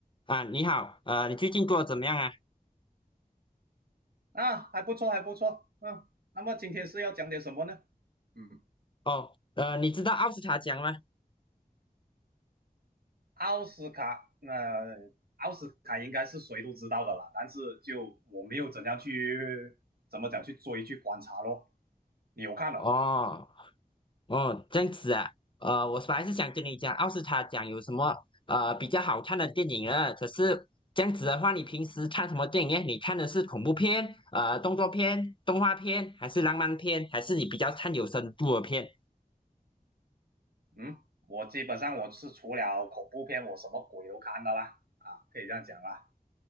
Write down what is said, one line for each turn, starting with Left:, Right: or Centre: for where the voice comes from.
Left: 啊，你好，呃，你最近过得怎么样啊？
Right: 啊，还不错，还不错。嗯，那么今天是要讲点什么呢？嗯，
Left: 哦，呃，你知道奥斯卡奖吗？
Right: 奥斯卡，呃，奥斯卡应该是谁都知道的啦，但是就我没有怎样去怎么讲去追去观察咯。你有看了？
Left: 哦，哦，这样子啊，呃，我本来是想跟你讲奥斯卡奖有什么呃比较好看的电影啊，可是这样子的话，你平时看什么电影呢你看的是恐怖片、呃，动作片、动画片，还是浪漫片，还是你比较看有深度的片？
Right: 嗯，我基本上我是除了恐怖片，我什么鬼都看的啦，啊，可以这样讲啦。